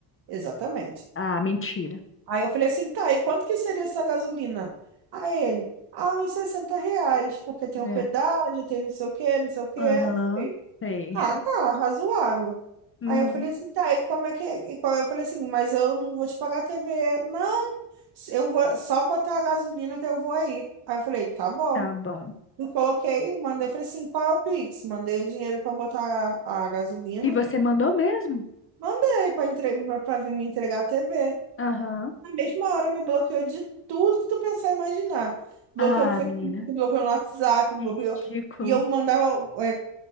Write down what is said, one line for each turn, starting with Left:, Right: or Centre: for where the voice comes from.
Right: Exatamente.
Left: Ah, mentira.
Right: Aí eu falei assim, tá, e quanto que seria essa gasolina? Aí ele, ah, uns 60 reais, porque tem
Left: Né?
Right: pedágio, tem não sei o quê, não sei o quê.
Left: Aham.
Right: Eu falei,
Left: Sei.
Right: ah, tá, razoável.
Left: Uhum.
Right: Aí eu falei assim, tá, e como é que é? E qual- Eu falei assim, mas eu não vou te pagar a TV. Não, eu vou só botar a gasolina que eu vou aí. Aí eu falei, tá bom.
Left: Tá bom.
Right: Eu coloquei, mandei, eu falei assim, qual é o Pix? Mandei o dinheiro para botar a, a gasolina.
Left: E você mandou mesmo?
Right: Mandei para entre... para vir me entregar a TV.
Left: Aham.
Right: Na mesma hora me bloqueou de tudo que tu pensar e imaginar. Bloqueou
Left: Ah,
Right: no Facebook,
Left: menina.
Right: bloqueou no WhatsApp, bloqueou.
Left: Que Ridículo.
Right: E eu mandava é,